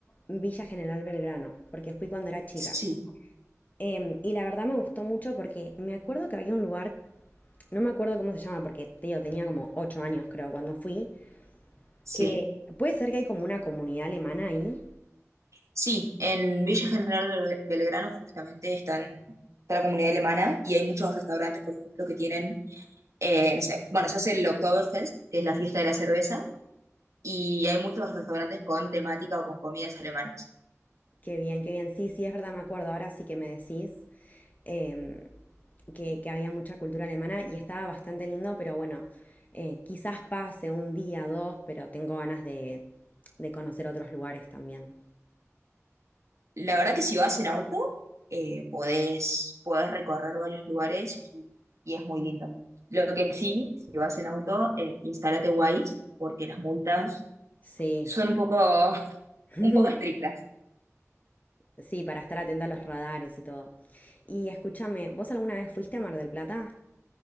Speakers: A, on the left; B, on the right.
A: Villa General Belgrano, porque fui cuando era chica.
B: sí,
A: Em, y la verdad me gustó mucho porque me acuerdo que había un lugar, no me acuerdo cómo se llama, porque te digo, tenía como 8 años creo cuando fui,
B: sí.
A: Que puede ser que hay como una comunidad alemana ahí.
B: Sí, en Villa General Bel- Belgrano justamente están, está la comunidad alemana y hay muchos restaurantes, por ejemplo, que tienen, eh, no sé, bueno, se hace el Oktoberfest, que es la fiesta de la cerveza, y hay muchos restaurantes con temática o con comidas alemanas.
A: Qué bien, qué bien. Sí, sí, es verdad, me acuerdo. Ahora sí que me decís em, que, que había mucha cultura alemana y estaba bastante lindo, pero bueno, eh, quizás pase un día, dos, pero tengo ganas de, de conocer otros lugares también.
B: La verdad que si vas en auto, eh, podés, podés recorrer varios lugares y, y es muy lindo. Lo que sí, si vas en auto, eh, instálate Waze porque las multas
A: Sí,
B: son un poco, <laughs>
A: <laughs>
B: un poco estrictas.
A: sí, para estar atenta a los radares y todo. Y escúchame, ¿vos alguna vez fuiste a Mar del Plata?